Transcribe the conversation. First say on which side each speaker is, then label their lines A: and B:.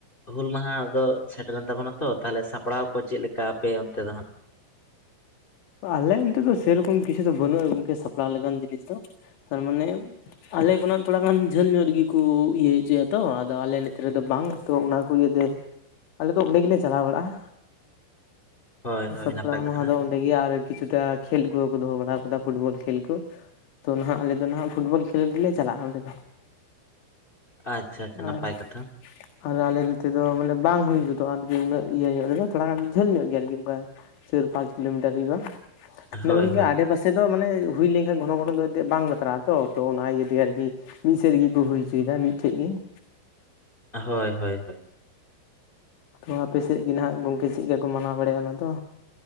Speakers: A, on the left (about 55°); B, on the left (about 75°).
A: ᱦᱩᱞ ᱢᱟᱦᱟ ᱫᱚ ᱥᱮᱴᱮᱨ ᱨᱮᱱ ᱛᱟᱵᱚᱱᱟ ᱛᱚ, ᱛᱟᱦᱚᱞᱮ ᱥᱟᱯᱲᱟᱣ ᱠᱚ ᱪᱮᱫ ᱞᱮᱠᱟ ᱟᱯᱮ ᱚᱱᱛᱮ ᱫᱚ ᱦᱟᱸᱜ?
B: ᱟᱞᱮ ᱚᱱᱛᱮ ᱫᱚ ᱥᱮᱨᱚᱠᱚᱢ ᱠᱤᱪᱷᱩ ᱫᱚ ᱵᱟᱹᱱᱩᱜᱼᱟ, ᱜᱚᱝᱠᱮ ᱥᱟᱯᱲᱟᱣ ᱞᱮᱠᱟᱱ ᱡᱤᱱᱤᱥ ᱫᱚ ᱛᱟᱨ ᱢᱟᱱᱮ ᱟᱞᱮ ᱠᱷᱚᱱᱟᱜ ᱛᱷᱚᱲᱟ ᱜᱟᱱ ᱡᱷᱟᱹᱞ ᱧᱚᱜ ᱨᱮᱜᱮ ᱠᱚ ᱤᱭᱟᱹ ᱦᱚᱪᱚᱭᱟ ᱛᱚ, ᱟᱫᱚ ᱟᱞᱮ ᱱᱚᱛᱮ ᱨᱮᱫᱚ ᱵᱟᱝ ᱛᱚ ᱚᱱᱟ ᱠᱚ ᱤᱭᱟᱹ ᱛᱮ, ᱟᱞᱮ ᱫᱚ ᱚᱸᱰᱮ ᱜᱮᱞᱮ ᱪᱟᱞᱟᱣ ᱵᱟᱲᱟᱜᱼᱟ᱾
A: ᱦᱳᱭ
B: ᱛᱚ
A: ᱦᱳᱭ
B: ᱥᱟᱯᱲᱟᱣ
A: ᱱᱟᱯᱟᱭ ᱠᱟᱛᱷᱟ
B: ᱢᱟᱦᱟ ᱫᱚ ᱟᱨ ᱠᱤᱪᱷᱩᱴᱟ ᱠᱷᱮᱞ ᱠᱚ ᱫᱚᱦᱚ ᱵᱟᱲᱟ ᱟᱠᱟᱫᱟ ᱯᱷᱩᱴᱵᱚᱞ ᱠᱷᱮᱞ ᱠᱚ ᱛᱚ ᱱᱟᱦᱟᱜ ᱟᱞᱮ ᱫᱚ ᱱᱟᱦᱟᱜ ᱯᱷᱩᱴᱵᱚᱞ ᱠᱷᱮᱞᱳᱰ ᱜᱮᱞᱮ ᱪᱟᱞᱟᱜᱼᱟ, ᱚᱸᱰᱮ ᱫᱚ
A: ᱟᱪᱪᱷᱟ ᱟᱪᱪᱷᱟ ᱱᱟᱯᱟᱭ
B: ᱟᱨ
A: ᱠᱟᱛᱷᱟ ᱾
B: ᱟᱨ ᱟᱞᱮ ᱱᱚᱛᱮ ᱫᱚ ᱢᱟᱱᱮ ᱵᱟᱝ ᱦᱩᱭ ᱜᱚᱫᱚᱜᱼᱟ, ᱟᱨᱠᱤ ᱩᱱᱟᱹᱜ ᱤᱭᱟᱹ ᱧᱚᱜ ᱨᱮᱫᱚ ᱛᱷᱚᱲᱟ ᱜᱟᱱ ᱡᱟᱹᱞ ᱧᱚᱜ ᱜᱮᱭᱟ ᱟᱨᱠᱤ ᱚᱱᱠᱟ ᱪᱟᱹᱨ ᱯᱟᱸᱪ ᱠᱤᱞᱳᱢᱤᱴᱟᱨ ᱦᱩᱭᱩᱜᱼᱟ, ᱢᱟᱱᱮ
A: ᱦᱳᱭ
B: ᱜᱚᱝᱠᱮ
A: ᱦᱳᱭ
B: ᱟᱰᱮ ᱯᱟᱥᱮ ᱛᱮᱫᱚ ᱢᱟᱱᱮ ᱦᱩᱭ ᱞᱮᱱ ᱠᱷᱟᱱ ᱜᱷᱚᱱᱚ ᱜᱷᱚᱱᱚ ᱮᱱᱛᱮᱫ ᱵᱟᱝ ᱵᱟᱛᱨᱟᱜᱼᱟ ᱛᱚ, ᱛᱚ ᱚᱱᱟ ᱤᱭᱟᱹ ᱛᱮ ᱟᱨᱠᱤ ᱢᱤᱫ ᱥᱮᱫ ᱨᱮᱜᱮ ᱠᱚ ᱦᱩᱭ ᱦᱚᱪᱚᱭ ᱫᱟ ᱢᱤᱫᱴᱷᱮᱱ ᱜᱮ ᱾
A: ᱦᱳᱭ ᱦᱳᱭ ᱦᱳᱭ ᱾
B: ᱛᱚ ᱟᱯᱮ ᱥᱮᱫ ᱜᱮ ᱱᱟᱦᱟᱜ ᱜᱚᱝᱠᱮ ᱪᱮᱫ ᱞᱮᱠᱟ ᱠᱚ ᱢᱟᱱᱟᱣ ᱵᱟᱲᱟᱭᱟ ᱚᱱᱟ ᱫᱚ?